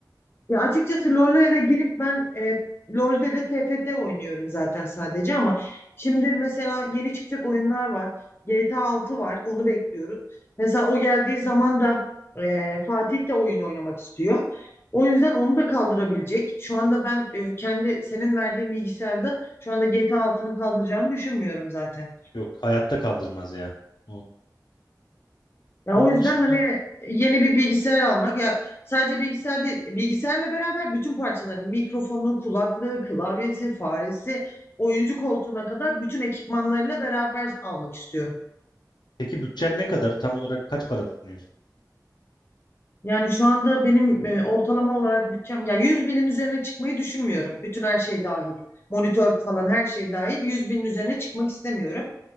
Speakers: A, on the left; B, on the left.
A: Ya açıkçası LoL'e girip ben e, LoL'de de TFT oynuyorum zaten sadece ama şimdi mesela yeni çıkacak oyunlar var. GTA 6 var. Onu bekliyoruz. Mesela o geldiği zaman da e, Fatih de oyun oynamak istiyor. O yüzden onu da kaldırabilecek. Şu anda ben e, kendi senin verdiğin bilgisayarda şu anda GTA 6'nı kaldıracağını düşünmüyorum zaten.
B: Yok hayatta kaldırmaz ya. O.
A: Ya
B: Onun
A: o yüzden
B: dışında
A: hani yeni bir bilgisayar almak ya sadece bilgisayar değil, bilgisayarla beraber bütün parçaların mikrofonu, kulaklığı, klavyesi, faresi, oyuncu koltuğuna kadar bütün ekipmanlarıyla beraber almak istiyorum.
B: peki bütçen ne kadar? Tam olarak kaç para düşünüyorsun?
A: Yani şu anda benim e, ortalama olarak bütçem ya yüz binin üzerine çıkmayı düşünmüyorum. Bütün her şey dahil. Monitör falan her şey dahil. yüz binin üzerine çıkmak istemiyorum.